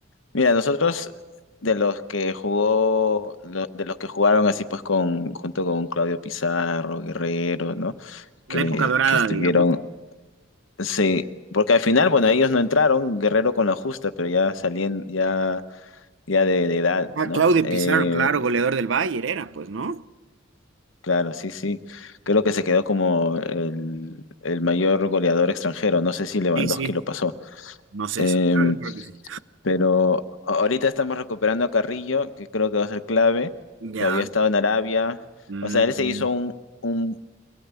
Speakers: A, on the left (about 80°); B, on the right (about 75°).
A: mira, nosotros de los que jugó, lo- de los que jugaron así pues con, junto con Claudio Pizarro, Guerrero, ¿no? Que,
B: La época dorada,
A: que estuvieron,
B: digamos.
A: sí, porque al final, bueno, ellos no entraron, Guerrero con la justa, pero ya salían, ya Ya de, de edad,
B: Ah,
A: ¿no?
B: Claudio
A: Eh,
B: Pizarro, claro, goleador del Bayern era, pues, ¿no?
A: claro, sí, sí. Creo que se quedó como el, el mayor goleador extranjero. No sé si Lewandowski
B: Sí, sí.
A: lo pasó.
B: No sé
A: Eh,
B: eso. Creo, creo que sí.
A: pero a- ahorita estamos recuperando a Carrillo, que creo que va a ser clave,
B: Ya.
A: que había estado en Arabia.
B: Mm,
A: O sea, él se hizo un, un,